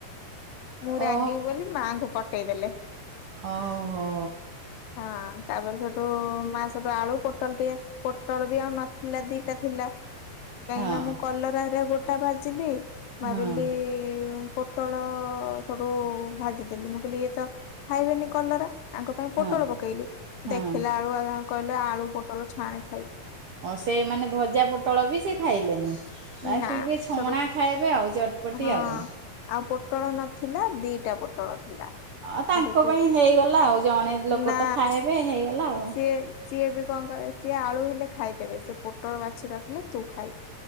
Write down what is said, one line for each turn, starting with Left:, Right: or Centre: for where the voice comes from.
Left: ମୁଁ ରାଗିବି
Right: ଓ
Left: ବୋଲି ମାଙ୍କୁ ପକେଇଦେଲେ।
Right: ଓହୋ
Left: ହଁ ତାପରେ ସେଠୁ ମା ସେଠୁ ଆଳୁ ପୋଟଲ ଟିକେ ପୋଟଲ ବି ଆଉ ନଥିଲା ଦିଟା ଥିଲା କାହିଁକି
Right: ହଁ
Left: ନା ମୁଁ କଲରାରେ ଗୋଟା ଭାଜିଲି ଭାବିଲି
Right: ହଁ
Left: ପୋଟଳ ସବୁ ଭାଜି ଦେେଲି ମୁଁ କହିଲି ଇଏ ତ ଖାଇବନି କଲରା ଆଙ୍କ ପାଇଁ
Right: ହଁ
Left: ପୋଟଳ ପକେଇଲି
Right: ହଁ
Left: ଦେଖିଲା କହିଲେ ଆଳୁ ପୋଟଲ ଛାଣେ ଖାଇବି।
Right: ହଁ ସେମାନୋନେ ଭଜା ପୋଟଳ ବି ସେ ଖାଇଲେନିିକ
Left: ନା
Right: ଛଣା
Left: ସେଠୁ
Right: ଖାଇବେ ଆଉ ଚଟପଟି
Left: ହଁ
Right: ଆଉ
Left: ଆଉ ପୋଟଳ ନଥିଲା ଦିଟା ପୋଟଳ ଥିଲା
Right: ଅ ତାଙ୍କ
Left: ସେଠୁ ସେ
Right: ପାଇଁ ହେଇଗଲା ଆଉ ଜଣେ ଲୋକ
Left: ନା
Right: ତ ଖାଇବେ ହେଇଗଲା ଆଉ।
Left: ସିଏ ସିଏ ବି କଣ କରେ ସିଏ ଆଳୁ ହେଲେ ଖାଇଦେବେ ସେ ପୋଟଳ ବାଛି ରଖିଲେ ତୁ ଖାଇବୁ।